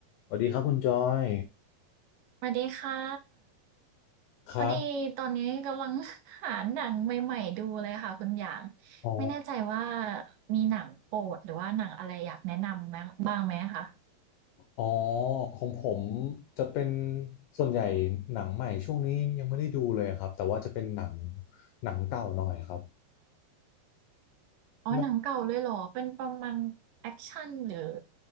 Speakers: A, on the left; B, on the right.
A: สวัสดีครับคุณจอย
B: สวัสดีค่ะ
A: ครับ
B: พอดีตอนนี้กำลัง <laughs> หาหนังใหม่ๆดูเลยค่ะคุณอย่าง
A: อ๋อ
B: ไม่แน่ใจว่ามีหนังโปรดหรือว่าหนังอะไรอยากแนะนำไหมบ้างไหมคะ
A: อ๋อของผมจะเป็นส่วนใหญ่หนังใหม่ช่วงนี้ยังไม่ได้ดูเลยครับแต่ว่าจะเป็นหนังหนังเก่าหน่อยครับ
B: อ๋อหนังเก่าเลยเหรอเป็นประมาณแอคชั่นหรือ
A: ไม่